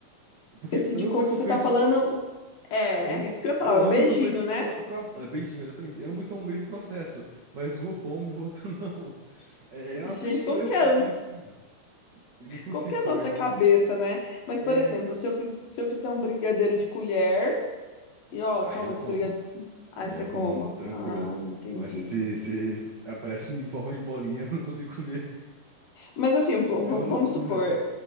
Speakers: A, on the right; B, on the left.
A: Porque
B: esse
A: ambos
B: de coco
A: são
B: que você
A: feitos
B: tá falando.
A: com.
B: É,
A: Ambos,
B: é isso que eu ia falar,
A: ambos
B: é o beijinho,
A: são feitos
B: né?
A: com, com a- ah, beijinho, exatamente. Ambos são o mesmo processo. Mas um eu como e o outro <laughs> não. É, é
B: Gente,
A: uma frescura
B: como que é,
A: seletiva.
B: o-
A: Eu não consigo
B: como que é
A: comer.
B: a nossa cabeça, né? Mas,
A: É.
B: por exemplo, se eu, fiz- se eu fizer um brigadeiro de colher. E ó,
A: Aí
B: toma
A: eu
B: esse
A: como.
B: brigadeiro.
A: Sim,
B: Aí você
A: aí eu
B: coma.
A: como tranquilo.
B: Ah, entendi.
A: Mas se, se aparece em forma de bolinha, <laughs> eu não consigo comer.
B: Mas assim, v-
A: É
B: v-
A: uma loucura.
B: vamos supor,